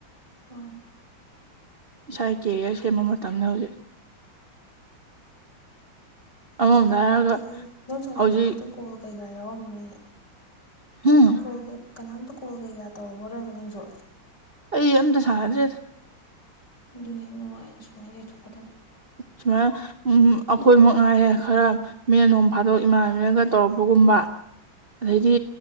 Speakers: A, on the left (about 55°); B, on the right (about 40°).
A: ꯑꯥ
B: ꯏꯁꯥꯏ ꯀꯦꯔꯤꯌꯔ ꯁꯦꯝꯕ ꯃꯇꯝꯅꯦ ꯍꯧꯖꯤꯛ ꯑꯃꯔꯣꯝꯗ
A: ꯍꯧꯖꯤꯛ ꯀꯅꯥꯝꯇꯒꯤ
B: ꯍꯥꯏꯔꯒ
A: ꯅꯪꯁꯨ ꯍꯧꯛ
B: ꯍꯧꯖꯤꯛ
A: ꯀꯅꯥꯝꯇ ꯀꯣꯜ ꯀꯩꯀꯥ ꯌꯥꯎꯔꯝꯃꯔꯣꯏꯅꯦ
B: ꯍꯝ
A: ꯀꯅꯥꯝ ꯀꯣꯜ ꯕꯦꯛ ꯀꯅꯥꯝꯇ ꯀꯣꯜ ꯀꯩ ꯀꯥ ꯇꯧꯔꯔꯣꯏꯕ ꯅꯪꯁꯨ
B: ꯑꯩ ꯑꯝꯇ ꯁꯥꯗ꯭ꯔꯦꯗ
A: ꯑꯗꯨꯅꯦ ꯅꯨꯡꯉꯥꯏꯅ ꯁꯨꯃꯥꯏꯅ ꯂꯩꯊꯣꯛꯀꯗꯕꯅꯦ
B: ꯁꯨꯃꯥꯏ ꯎꯝ ꯑꯩꯈꯣꯏ ꯃꯉꯥꯏꯔꯦ ꯈꯔ ꯃꯤꯅ ꯅꯣꯡ ꯐꯥꯗꯣꯛ ꯏꯃꯥꯟꯅꯕꯤꯅꯒ ꯇꯧꯔꯛꯄꯒꯨꯝꯕ ꯑꯗꯩꯗꯤ